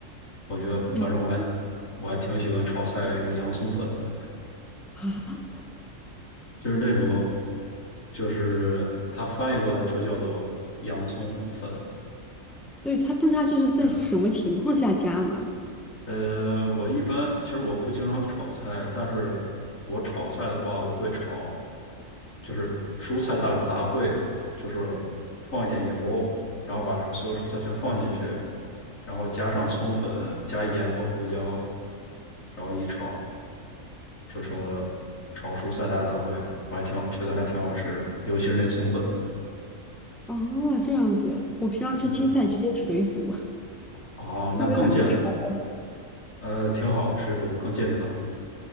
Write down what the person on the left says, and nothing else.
我觉得反正我还
我还挺喜欢炒菜用洋葱粉的，
就是那种就是它翻译过来就叫做洋葱粉。
嗯，呃，我一般其实我不经常炒菜，但是我炒菜的话，我会炒就是蔬菜大杂烩，就是放一点油，然后把所有蔬菜全放进去，然后加上葱粉、加盐和胡椒，然后一炒。就成了炒蔬菜大杂烩，我还挺好觉得还挺好吃的，尤其是那葱粉，
呃，对，啊，那更健，
呃，挺好的，水煮更健康